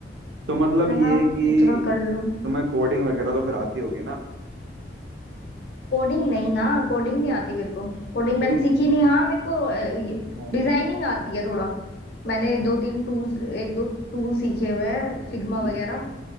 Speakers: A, on the right; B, on the left.
A: तो मतलब
B: है
A: ये
B: ना
A: कि
B: उतना कर लूं
A: तुम्हें कोडिंग वगैरह तो फिर आती होगी ना
B: कोडिंग नहीं ना कोडिंग नहीं आती मेरे को कोडिंग मैंने
A: ठीक
B: सीखी नहीं हाँ मेरे को
A: हाँ
B: डिजाइनिंग
A: हाँ,
B: आती है थोड़ा मैंने दो तीन टूल्स एक दो टूल सीखे हुए हैं फिग्मा
A: हम्म
B: वगैरह